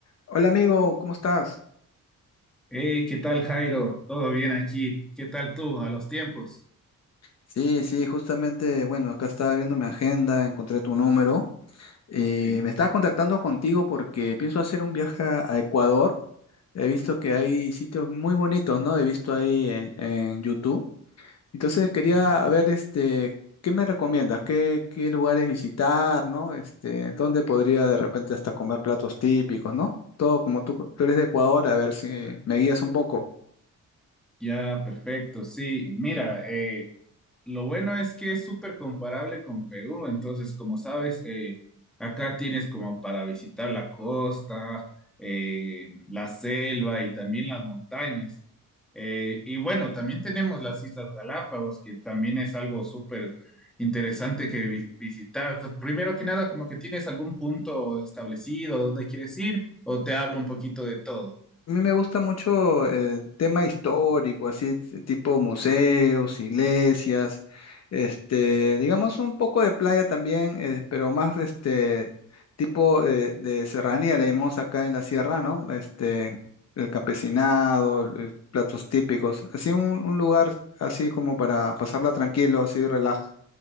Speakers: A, on the left; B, in the centre.
A: Hola amigo, ¿cómo estás?
B: Hey, ¿qué tal, Jairo? ¿Todo bien aquí? ¿Qué tal tú a los tiempos?
A: Sí, sí, justamente, bueno, acá estaba viendo mi agenda, encontré tu número y
B: Sí,
A: me estaba contactando contigo porque pienso hacer un viaje a a Ecuador. He visto que hay sitios muy bonitos, ¿no? He visto ahí en, en YouTube. Entonces quería
B: Ya.
A: ver, este, ¿qué me recomiendas? ¿Qué, qué lugares visitar, ¿no? Este, ¿dónde podría de repente hasta comer platos típicos, ¿no? Todo como tú, tú eres de Ecuador, a ver si me guías un poco.
B: ya, perfecto. Sí, mira, eh, Lo bueno es que es súper comparable con Perú, entonces como sabes, eh, acá tienes como para visitar la costa, eh, la selva y también las montañas. Eh, y bueno, también tenemos las Islas Galápagos, que también es algo súper interesante que vi- visitar. Primero que nada, como que tienes algún punto establecido, dónde quieres ir, o te hablo un poquito de todo.
A: A mí me gusta mucho el tema histórico, así t- tipo museos, iglesias, este, digamos un poco de playa también, eh, pero más este tipo eh, de serranía, le llamamos acá en la sierra, ¿no? Este, el campesinado, el- platos típicos, así un, un lugar así como para pasarla tranquilo, así relaj-